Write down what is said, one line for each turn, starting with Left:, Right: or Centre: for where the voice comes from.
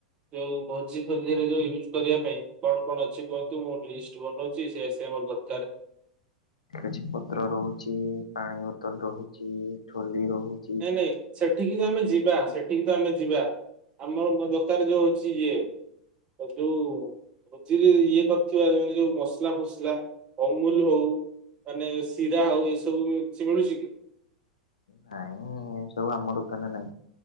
Right: ଯୋଉ ଭୋଜି ଫୋଜି ରେ ଯୋଉ ୟୁଜ୍ କରିବା ପାଇଁ କଣ କଣ ଅଛି କୁହନ୍ତୁ ମୁଁ ଲିଷ୍ଟ ବନଉଛି ସେ ଆସ ମୋର ଦରକାରାରେ
Left: କିଛି ପତ୍ର ରହୁଛି ପାଣି ବୋତଲ ରହୁଛି ଠୋଲି ରହୁଛି
Right: ନନାଇ ସେଠିକି ତ ଆମେ ଯିବା ସେଠିକି ତ ଆମେ ଯିବା ଆମର ଦୋକାନ ଯୋଉ ହଉଛି ଇଏ ଯୋଉ ଭୋଜି ରେ ଇଏ କରିଥିବା ନେ ଯୋଉ ମସଲା ଫସ ଲା ଅମୁଲ ହଉ ମାନେ ଶିରା ହଉ ଏସବୁ ବି ସେ ମିଳୁଛି କି?
Left: ନାଇଁ ଏ ସବୁ ଆମ ଦୋକାନରେ ନାଇଁ